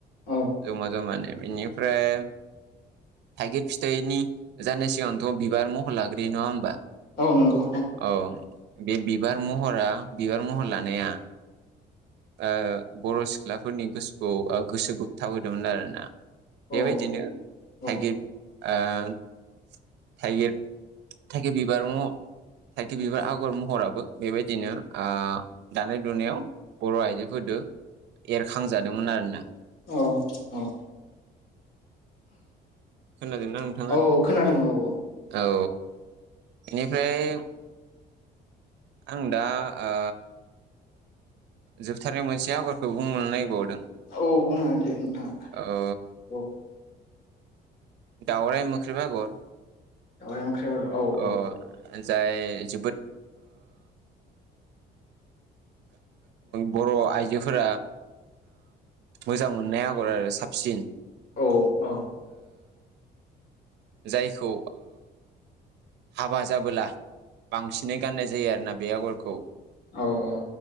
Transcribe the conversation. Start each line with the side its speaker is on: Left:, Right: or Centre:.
Left: औ
Right: जमा जमानो बेनिफ्राय थाइगिर फिथाइनि जानाय सिगांथ' बिबार महर लाग्रोयो नङा होमबा?
Left: औ नंगौ
Right: औ बे बिबार महरा बिबार महर लानाया ओ बर' सिख्लाफोरनि गोसोखौ गोसो बोगथाब होदोंमोन आरोना।
Left: औ
Right: बेबायदिनो
Left: औ
Right: थाइगिर ओ थाइगिर थाइगिर बिबार म थाइगिर बिबार आगर महराबो बेबायदिनो आ दानाय लुनायाव बर' आइजोफोरदो एरखांजादोंमोन आरोना।
Left: औ औ
Right: खोनादोंना नोंथाङा
Left: औ औ खोनादों औ औ।
Right: औ बेनिफ्राय आं दा आ जोबथारनायाव मोनसे आगरखौ बुंनो नागिरबावदों
Left: औ बुंनो हागोन दे नोंथाङा
Right: ओ
Left: औ
Right: दाउराइ मोख्रेब आगर
Left: ओंख्रि औ औ
Right: ओ जाय जोबोद बर' आइजो फोर मोजां मोननाय आगर आरो साबसिन
Left: औ औ
Right: जायखौ हाबा जाबोला बांसिनै गाननाय जायो आरोना बे आगरखौ
Left: औ औ